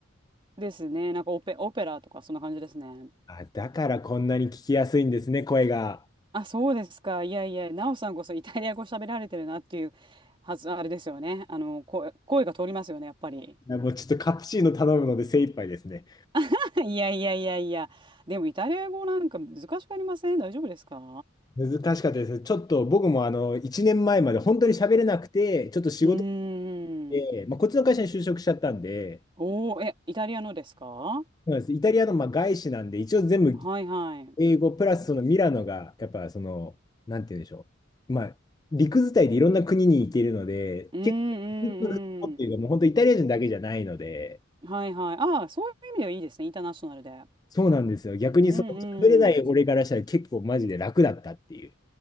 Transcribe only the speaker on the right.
ですね。なんかオペ、オペラとかそんな感じですね。
あ、そうですか。いやいや、ナオさんこそイタリア語喋られてるなっていうはず、あれですよね。あの、声、声が通りますよね、やっぱり。
<laughs> いやいやいやいや。でもイタリア語なんか難しくありません大丈夫ですか
うーん。
おー、え、イタリアのですか
はいはい。
うんうん
うん。はいはい。ああ、そういう意味ではいいですね。インターナショナルで。
うんうん。